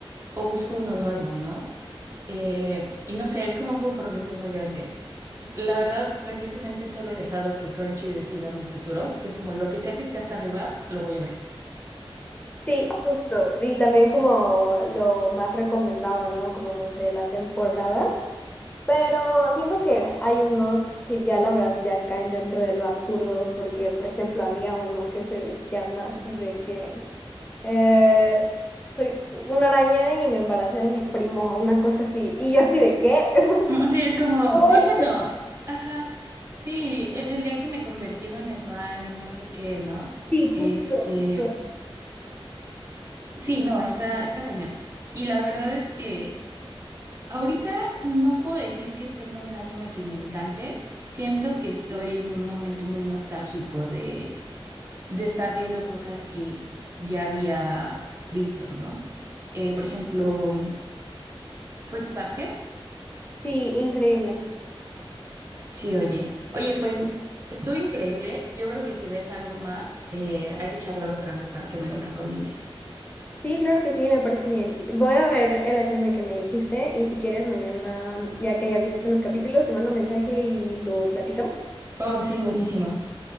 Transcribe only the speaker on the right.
o busco uno nuevo, ¿no? Eh, y no sé, es como un compromiso muy grande. La verdad, recientemente solo he dejado que Crunchy decida mi futuro, que es como lo que sea que esté hasta arriba, lo voy a ver.
<laughs> Mm, Sí, es como,
ese no. Ajá. Sí, e- el, día que me convertí en un slime y no sé qué, ¿no?
Este,
sí, no, está, está cañón. Y la verdad es que ahorita no puedo decir que tenga un anime que me encante. Siento que estoy en un momento muy nostálgico de, de estar viendo cosas que ya había visto, ¿no? Eh, por ejemplo, Fruits Basket.
Sí, oye. Oye, pues estuvo increíble. Yo creo que si ves algo más, eh, hay que charlar otra vez para que me lo recomiendes.
Oh, sí, buenísimo.